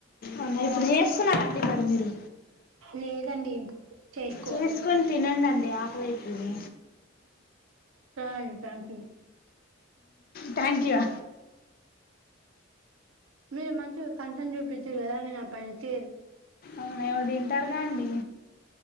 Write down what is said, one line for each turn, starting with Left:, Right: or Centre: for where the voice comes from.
Left: అవునా ఇప్పుడు చేస్తున్నారండి మరి మీరు
Right: లేదండి చేసుకోవాలి
Left: చేసుకొని తిన్నండండి ఆకలైతది
Right: ఫైన్ థాంక్ యు
Left: థాంఖ్య
Right: మీరు మంచిగా కన్సన్ చూపించరు కదా నేను ఆ పైన చేరు
Left: అవునా ఏమో తింటారుగా అండి